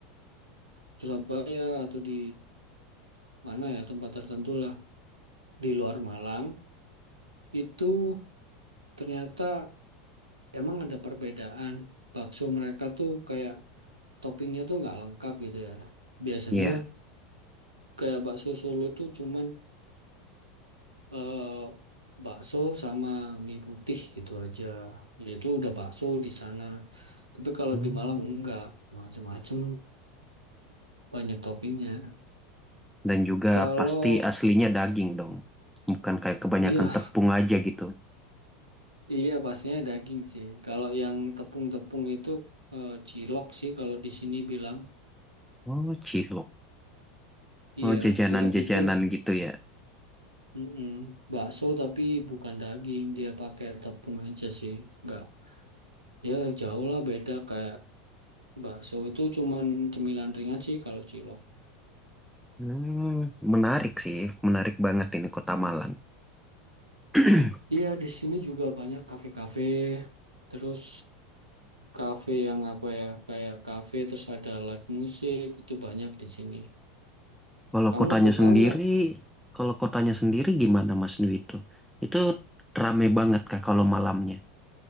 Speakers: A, on the right (about 85°); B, in the centre.
A: Surabaya atau di mana ya tempat tertentu lah di luar Malang itu ternyata emang ada perbedaan bakso mereka tuh kayak toppingnya tuh nggak lengkap gitu ya biasanya
B: iya.
A: kayak bakso Solo itu cuman eh, bakso sama mie putih gitu aja yaitu udah bakso di sana tapi kalau
B: Hmm.
A: di Malang enggak macem-macem banyak toppingnya
B: Dan juga
A: kalau
B: pasti aslinya daging dong, bukan kayak kebanyakan
A: iya
B: tepung aja gitu.
A: Iya, pastinya daging sih. Kalau yang tepung-tepung itu eh, cilok sih kalau di sini bilang.
B: Oh cilok,
A: Iya,
B: oh jajanan-jajanan
A: cilok itu
B: gitu ya.
A: mm-mm, bakso tapi bukan daging, dia pakai tepung aja sih. Enggak. Ya, jauh lah beda kayak bakso itu cuman cemilan ringan sih kalau cilok.
B: Hmm, menarik sih, menarik banget ini kota Malang. <clears throat>
A: Iya, di sini juga banyak kafe-kafe, terus kafe yang apa ya, kayak kafe terus ada live musik, itu banyak di sini.
B: Kalau
A: Kamu
B: kotanya
A: suka
B: sendiri,
A: nggak?
B: kalau kotanya sendiri gimana Mas Dwi itu? Itu rame banget Kak kalau malamnya.